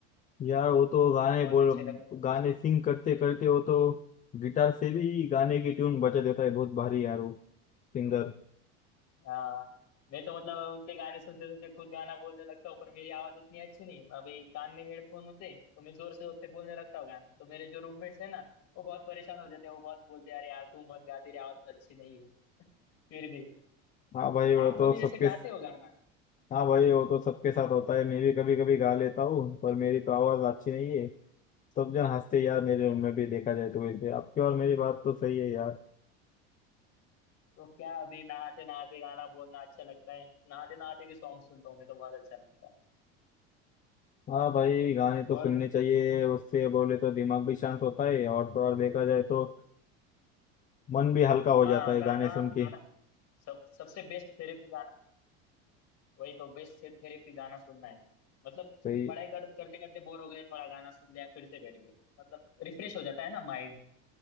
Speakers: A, on the left; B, on the left.
A: यार वो तो गाने
B: बहुत
A: बोल
B: अच्छे लगते हैं मुझे
A: गाने
B: सॉन्ग
A: सिंग करते करते वो तो गिटार से भी गाने की ट्यून बजा देता है बहुत भारी यार वो सिंगर
B: हाँ मैं तो मतलब उनके गाने सुनते सुनते खुद गाना बोलने लगता हूँ पर मेरी आवाज उतनी अच्छी नहीं अभी कान में हेडफोन होते तो मैं जोर से जोर से बोलने लगता हूँ गाना तो मेरे जो रूममेट्स है ना वो बहुत परेशान हो जाते हैं वो बहुत बोलते हैं अरे यार तू मत गा तेरी आवाज तो अच्छी नहीं है फिर भी
A: हाँ भाई वो
B: आप
A: तो
B: कभी
A: सबके
B: ऐसे गाते हो गाना
A: हाँ भाई वो तो सबके साथ होता है मैं भी कभी कभी गा लेता हूँ पर मेरी तो आवाज अच्छी नहीं है सब जन हंसते हैं यार मेरे रूम में भी देखा जाए तो वैसे आपकी और मेरी बात तो सही है यार
B: तो क्या अभी नहाते नहाते गाना बोलना अच्छा लगता है नहाते नहाते भी सॉन्ग सुनता हूँ मैं तो बहुत अच्छा लगता है
A: हाँ भाई गाने तो
B: और
A: सुनने चाहिए उससे बोले तो दिमाग भी शांत होता है और तो और देखा जाए तो मन भी हल्का हो जाता
B: हाँ
A: है
B: गाना
A: गाने सुन
B: गाना
A: के
B: सब सबसे बेस्ट थेरेपी गाना वही तो बेस्ट थेरेपी गाना सुनना है मतलब
A: सही
B: पढ़ाई कर, करते करते बोर हो गए थोड़ा गाना सुन लिया फिर से बैठ गए मतलब रिफ्रेश हो जाता है ना माइंड